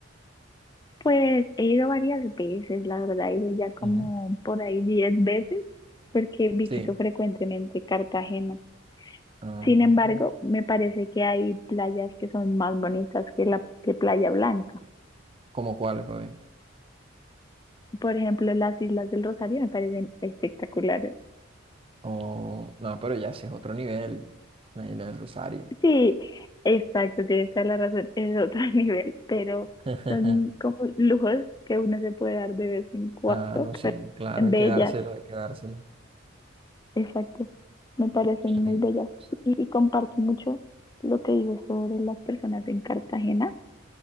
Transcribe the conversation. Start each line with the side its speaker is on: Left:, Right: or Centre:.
Left: Pues he ido varias veces, la verdad, he ido ya como
Right: Ujú.
Left: por ahí 10 veces, porque visito
Right: Sí.
Left: frecuentemente Cartagena.
Right: como
Left: Sin embargo, me parece que hay playas que son más bonitas que la que Playa Blanca.
Right: ¿Cómo cuál, papi?
Left: Por ejemplo, las Islas del Rosario me parecen espectaculares.
Right: O- no, pero ya ese es otro nivel, la isla del Rosario.
Left: Sí, exacto, tienes toda la razón, es otro <laughs> nivel, pero
Right: <laughs>
Left: son como lujos que uno se puede dar de vez en cuando,
Right: Ah, no, sí,
Left: pero
Right: claro,
Left: son
Right: hay
Left: bellas.
Right: que dárselo, hay que dárselo.
Left: Exacto, me parecen
Right: La
Left: muy
Right: isla
Left: bellas
Right: del Rosario.
Left: y, y comparto mucho lo que digo sobre las personas en Cartagena.